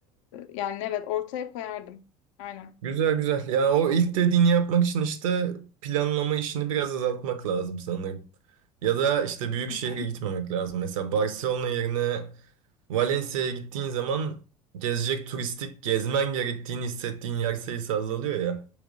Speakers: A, on the left (about 60°); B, on the right (about 65°).
A: yani evet ortaya koyardım. Aynen.
B: Güzel güzel. Ya o ilk dediğini yapmak için işte planlama işini biraz azaltmak lazım sanırım. Ya da işte büyük
A: Hı
B: şehre
A: hı.
B: gitmemek lazım. Mesela Barcelona yerine Valencia'ya gittiğin zaman gezecek turistik gezmen gerektiğini hissettiğin yer sayısı azalıyor ya.